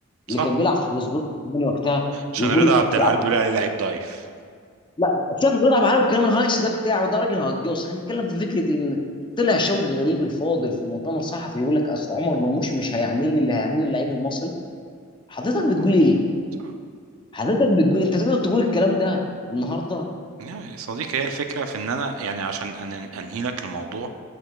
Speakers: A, on the right; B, on the left.
A: صح
B: اللي كان بيلعب في فوسبورج الألماني وقتها
A: عشان
B: يقول
A: رضا
B: لك
A: عبد
B: أصل-
A: العال
B: أصل-
A: بيقول عليه لعيب ضعيف
B: لا لا شاف بيلعب معاه والكلام الهاكس ده بتاعه ده راجل هجوس احنا بنتكلم في فكره ان طلع شوقي غريب الفاضل في مؤتمر صحفي يقول لك اصل عمر مرموش مش هيعمل لي اللي هيعمله اللعيب المصري حضرتك بتقول
A: صح
B: ايه؟
A: صح.
B: حضرتك بتقول انت تقدر تقول الكلام ده النهارده
A: يا يا صديقي هي الفكرة في ان انا يعني عشان أن- انهي لك الموضوع